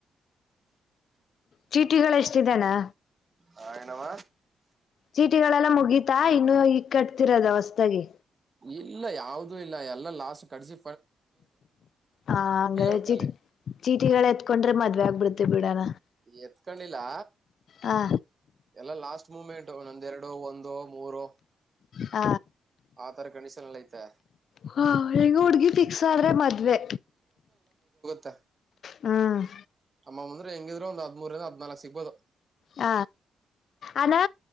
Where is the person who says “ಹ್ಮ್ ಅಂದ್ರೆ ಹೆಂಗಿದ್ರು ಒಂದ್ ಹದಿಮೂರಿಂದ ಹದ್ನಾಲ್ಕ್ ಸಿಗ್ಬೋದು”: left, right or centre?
Right